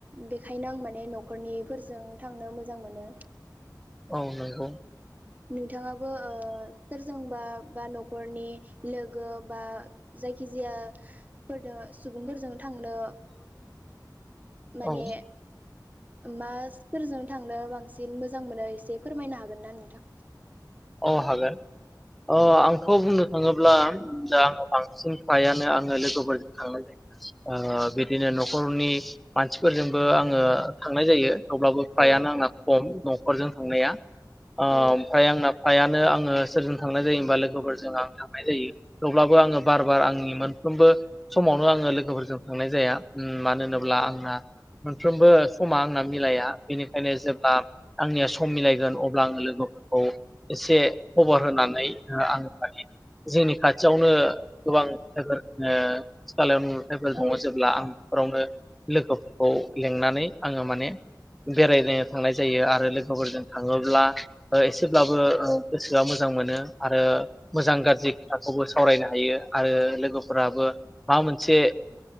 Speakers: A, on the right (about 25°); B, in the centre.
A: बेखायनो आं माने न'खरनिफोरजों थांनो मोजां मोनो
B: औ नंगौ
A: नोंथाङाबो ओ सोरजोंबा बा न'खरनि लोगो बा जायखिजायाफोरजों सुबुंफोरजों थांनो माने
B: औ
A: मा सोरजों थांनो बांसिन मोजां मोनो एसे फोरमायनो हागोन ना नोंथाङा?
B: अ हागोन। अ
A: औ
B: आंथ' बुंनो। थाङोब्ला जा बांसिन फ्रायानो आङो लोगोफोरजों थांनाय जायो बिदिनो न'खरनि मानसिफोरजोंबो आङो थांनाय जायो। अब्लाबो फ्रायानो
A: औ नोंथां
B: आंना खम न'खरजों थांनाया ओमफ्राय
A: औ
B: आंना फ्रायानो आङो सोरजों थांनाय जायो हबा लोगोफोरजों आं थांनाय जायो थेवब्लाबो आङो बार बार आंनि मोनफ्रोमबो समावनो आङो लोगोफोरजों थांनाय जाया मानो होनोब्ला
A: नोंथां
B: आंहा मोनफ्रोमबो समा आंना मिलाया बेनिखायनो जेब्ला आंनिया सम मिलायगोन अब्ला आङो लोगोफोरखौ एसे खबर होनानै आं माने जोंनि खाथियावनो गोबां ‌ <unintelligible> खालायाव नुुथायफोर दङ
A: औ नोंथां
B: जेब्ला आं बेफोरावनो लोगोफोरखौ लिंनानै आङो माने बेरायनोनो थांनाय जायो आरो लोगोफोरजों थाङोब्ला ब्ला एसेब्लाबो गोसोआ मोजां मोनो आरो मोजां गाज्रि खोथाखौबो सावरायनो हायो आरो लोगोफोराबो माबा मोनसे